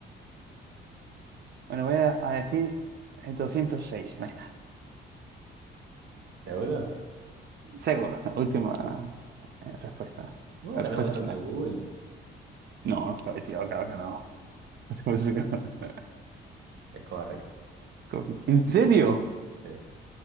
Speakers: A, on the right; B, on the right.
A: Bueno, voy a a decir eh, doscientos seis ¿eh?
B: ¿Seguro?
A: Seguro. <laughs> Última eh, respuesta.
B: ¿Vos
A: Eh,
B: estarás
A: Respuesta
B: usando
A: final.
B: Google?
A: No, no, claro, tío, claro que no. <laughs> Es como si- <laughs>
B: Es correcto,
A: Copy. ¿En serio?
B: sí.